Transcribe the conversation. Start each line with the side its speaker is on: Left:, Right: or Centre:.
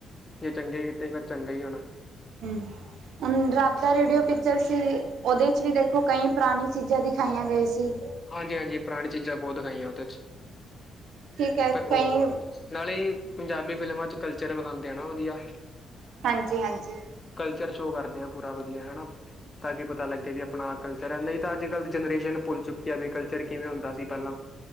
Left: ਜੇ ਚੰਗੇ ਕੀਤੇ ਫਿਰ ਚੰਗਾ ਈ ਹੋਨਾ।
Right: ਹੂੰ, ਹੁਨ ਰਬ ਦਾ ਰੇਡੀਓ ਪੀਚਰ ਸੀ ਉਦੇ ਚ ਵੀ ਦੇਖੋ ਕਈ ਪੁਰਾਨੀ ਚੀਜ਼ਾ ਦਿਖਾਈਆਂ ਗਏ ਸੀ।
Left: ਹਾਂਜੀ-ਹਾਂਜੀ ਪੁਰਾਨੀ ਚੀਜ਼ਾ ਬੌਤ ਦਿਖਾਈਆਂ ਉਦੇ ਚ
Right: ਠੀਕ ਹੈ
Left: ਬਨ
Right: ਕਈ
Left: ਓ ਨਾਲੇ ਪੰਜਾਬੀ ਫਿਲਮਾਂ ਕਲਚਰ ਵਿਖਾਂਦੇ ਆ ਨਾ ਵਦੀਆ।
Right: ਹਾਂਜੀ-ਹਾਂਜੀ।
Left: ਕਲਚਰ ਸ਼ੋਅ ਕਰਦੇ ਆ ਪੂਰਾ ਵਦੀਆ ਹੈਨਾ। ਤਾਂ ਕਿ ਪਤਾ ਲੱਗੇ ਵੀ ਅਪਣਾ ਕਲਚਰ ਹੈ ਨਹੀਂ ਤਾਂ ਅੱਜ-ਕੱਲ੍ਹ ਦੀ ਜਨਰੇਸ਼ਨ ਭੁੱਲ ਚੁੱਕੀ ਐ ਵੀ ਕਲਚਰ ਕਿਵੇਂ ਹੁੰਦਾ ਸੀ ਪਹਿਲਾਂ।